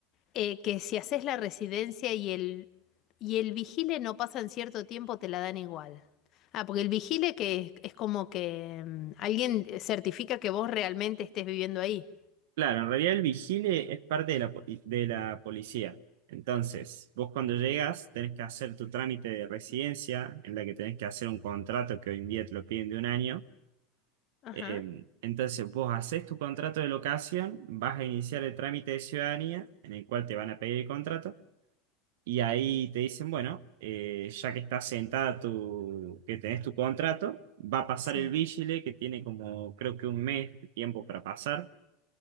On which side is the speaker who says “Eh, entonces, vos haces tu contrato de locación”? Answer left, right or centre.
Right